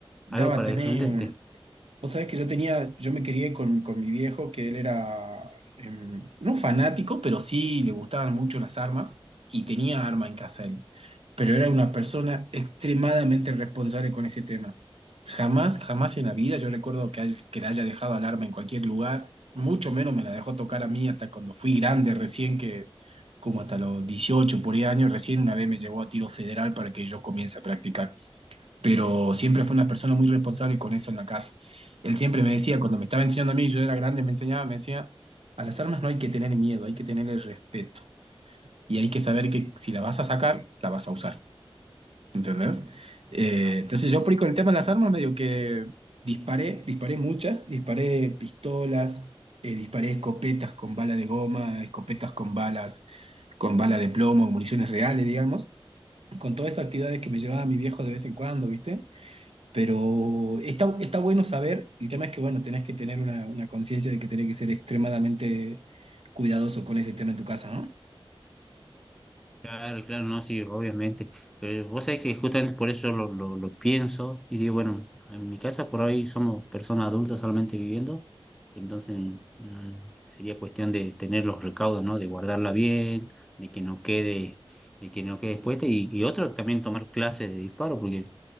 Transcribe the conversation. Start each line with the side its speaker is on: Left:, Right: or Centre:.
Right: ya
Centre: algo
Right: va
Centre: para
Right: a tener.
Centre: defenderte.
Right: Vos sabés que yo tenía, yo me quería con, con mi viejo, que él era em, no fanático, pero sí le gustaban mucho las armas, y tenía arma en casa él. pero era una persona extremadamente responsable con ese tema. Jamás, jamás en la vida yo recuerdo que, hay- que le haya dejado alarma en cualquier lugar, mucho menos me la dejó tocar a mí hasta cuando fui grande recién, que como hasta los 18 por ahí años, recién una vez me llevó a tiro federal para que yo comience a practicar. Pero siempre fue una persona muy responsable con eso en la casa. Él siempre me decía, cuando me estaba enseñando a mí, yo era grande, me enseñaba, me decía, a las armas no hay que tener miedo, hay que tener el respeto. Y hay que saber que si la vas a sacar, la vas a usar. ¿entendés? Eh,
Centre: Ya.
Right: entonces yo por ahí con el tema de las armas medio que disparé, disparé muchas, disparé pistolas, eh, disparé escopetas con bala de goma, escopetas con balas, con bala de plomo, municiones reales, digamos, con todas esas actividades que me llevaba mi viejo de vez en cuando, ¿viste? Pero está, está bueno saber, el tema es que, bueno, tenés que tener una, una conciencia de que tenés que ser extremadamente cuidadoso con ese tema en tu casa, ¿no?
Centre: Claro, claro, no, sí, obviamente. Pero vos sabés que justamente por eso lo, lo, lo pienso y digo, bueno, en mi casa por ahí somos personas adultas solamente viviendo, entonces mm, sería cuestión de tener los recaudos, ¿no? De guardarla bien, de que no quede, de que no quede expuesta y, y otro también tomar clases de disparo, porque